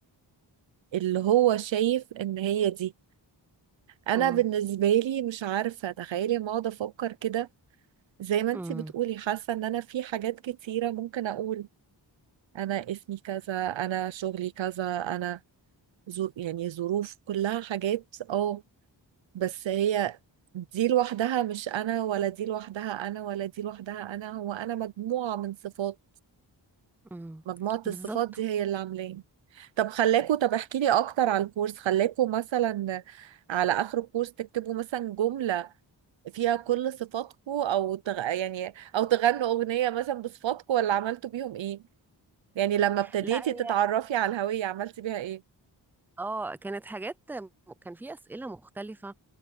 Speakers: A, on the right; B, in the centre.
A: اللي هو شايف ان هي دي انا
B: امم
A: بالنسبة لي مش عارفة تخيلي ما اقعد افكر كده زي ما انتي
B: امم
A: بتقولي حاسة ان انا في حاجات كتيرة ممكن اقول انا اسمي كذا انا شغلي كذا انا زو... يعني ظروف كلها حاجات اه بس هي دي لوحدها مش انا ولا دي لوحدها انا ولا دي لوحدها انا هو انا مجموعة من صفات
B: امم
A: مجموعة
B: بالظبط
A: الصفات دي هي اللي عاملاني طب خلاكوا طب احكي لي اكتر على الكورس خلاكوا مثلا على اخر الكورس تكتبوا مثلا جملة فيها كل صفاتكوا او تغ... يعني او تغنوا اغنية مثلا بصفاتكوا ولا عملتوا بيهم ايه يعني لما ابتديتي
B: لا
A: تتعرفي على الهوية عملتي بيها ايه <laughs>
B: اه كانت حاجات كان في أسئلة مختلفة